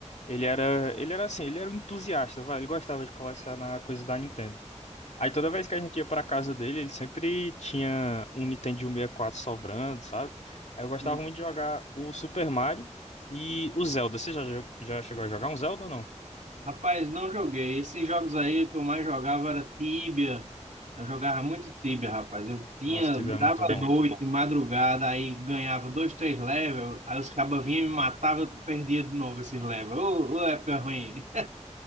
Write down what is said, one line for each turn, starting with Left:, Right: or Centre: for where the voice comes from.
Left: ele era, ele era assim, ele era um entusiasta, vai, ele gostava de colecionar coisas da Nintendo. Aí toda vez que a gente ia pra casa dele, ele sempre tinha um Nintendo 64 sobrando, sabe? Aí eu gostava
Right: E,
Left: muito de jogar o Super Mario e o Zelda. Você já, já chegou a jogar um Zelda ou não?
Right: Rapaz, não joguei. Esses jogos aí que eu mais jogava era Tibia. Eu jogava muito Tibia, rapaz. Eu tinha,
Left: Nossa, tive
Right: virava
Left: é muito bom.
Right: É muito noite, bom. madrugada, aí ganhava dois, três levels, aí os cabas vinham e me matavam, eu perdia de novo esses levels. Ô, ô, época ruim.